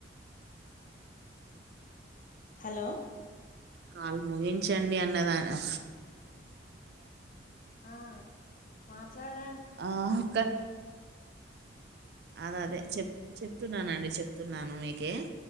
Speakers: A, on the left; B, on the right.
A: హలో
B: కాలు ముగించండి అన్నదాన్ని
A: ఆ మాట్లాడ
B: ఆ క అద అదే చెప్ చెప్తున్నానండి చెప్తున్నాను మీకే